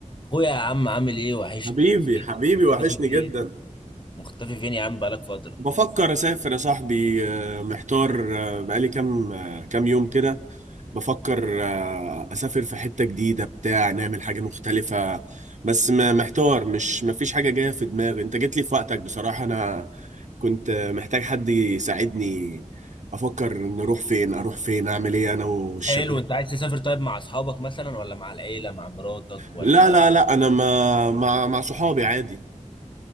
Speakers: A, on the left (about 40°); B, on the right (about 70°).
A: اخويا يا عم عامل ايه وحشني
B: حبيبي
A: فين
B: حبيبي
A: مختفي
B: وحشني
A: فين
B: جدا
A: مختفي فين يا عم بقالك فترة
B: بفكر اسافر يا صاحبي آه، محتار آه، بقالي كام آه، كام يوم كده بفكر آه، اسافر في حتة جديدة بتاع نعمل حاجة مختلفة بس ما- محتار مش مفيش حاجة جاية في دماغي انت جيت لي في وقتك بصراحة انا كنت آه، محتاج حد يساعدني افكر نروح فين اروح فين اعمل ايه انا والشباب
A: حلو انت عايز تسافر طيب مع اصحابك مثلا ولا مع العيلة مع مراتك ولا
B: لا لا لا انا ما مع مع صحابي عادي